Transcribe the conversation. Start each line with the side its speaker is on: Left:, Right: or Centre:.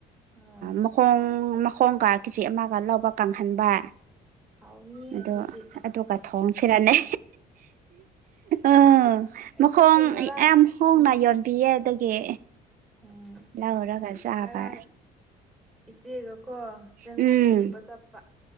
Centre: ꯑꯥ
Right: ꯃꯈꯣꯡ
Centre: ꯑꯁ
Right: ꯃꯈꯣꯡꯒ ꯀꯦꯖꯤ ꯑꯃꯒ ꯂꯧꯕ ꯀꯪꯍꯟꯕ
Centre: ꯍꯥꯎꯅꯤꯌꯦ
Right: ꯑꯣ
Centre: ꯑꯗꯨꯗꯤ
Right: ꯑꯗꯨꯒ ꯊꯣꯡꯁꯤꯔꯅꯦ ꯎ
Centre: ꯑꯩꯈꯣꯏꯁꯨ
Right: ꯃꯈꯈꯣꯡ
Centre: ꯉꯔꯥꯡ
Right: ꯑꯦꯝ ꯍꯣꯡꯅ
Centre: ꯎꯝ
Right: ꯌꯣꯟ ꯌꯦ ꯑꯗꯨꯗꯒꯤ
Centre: ꯎꯝ
Right: ꯂꯧꯔꯒ ꯆꯥꯕꯥ
Centre: ꯉꯔꯥꯡ ꯏꯆꯦꯒꯀꯣ ꯆꯦꯡꯒꯨꯝ
Right: ꯎꯝ
Centre: ꯊꯤꯕ ꯆꯠꯄ